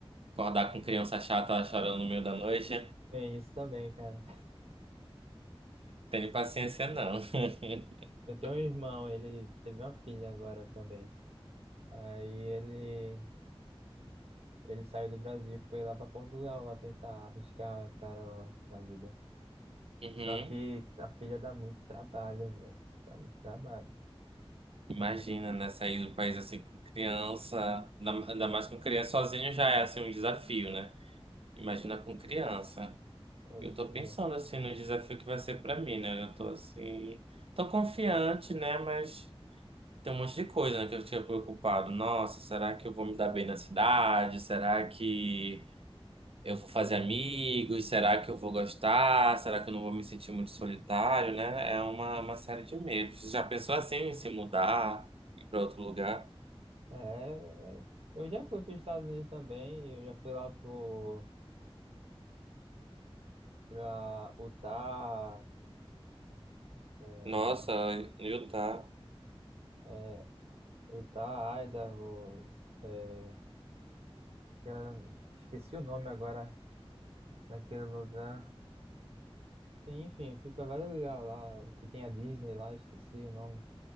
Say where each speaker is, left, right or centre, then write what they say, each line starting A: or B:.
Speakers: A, on the right; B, on the right.
A: acordar com criança chata chorando no meio da noite,
B: Tem isso também, cara.
A: tenho paciência não. <laughs>
B: Eu tenho um irmão, ele teve uma filha agora também. Aí ele, ele saiu do Brasil e foi lá pra Portugal lá tentar arriscar a cara lá na vida.
A: Uhum.
B: Só que a filha dá muito trabalho, velho. Dá muito trabalho.
A: Imagina, né, sair do país assim com criança, ainda ainda mais com criança sozinho já é assim um desafio, né? Imagina com criança.
B: Pois
A: Eu tô pensando
B: é.
A: assim no desafio que vai ser pra mim, né? Eu tô assim, tô confiante, né? Mas tem um monte de coisa, né, que eu tinha preocupado. Nossa, será que eu vou me dar bem na cidade? Será que eu vou fazer amigos? Será que eu vou gostar? Será que eu não vou me sentir muito solitário, né? É uma, uma série de medos. Você já pensou assim em se mudar, ir pra outro lugar?
B: É, é. eu já fui para os Estados Unidos também. Eu já fui lá pro, pra Utah, é,
A: Nossa, em Utah.
B: É, Utah, Idaho, é, que eu esqueci o nome agora daquele lugar. Enfim, fui pra vários lugares lá, o que tem a Disney lá, esqueci o nome.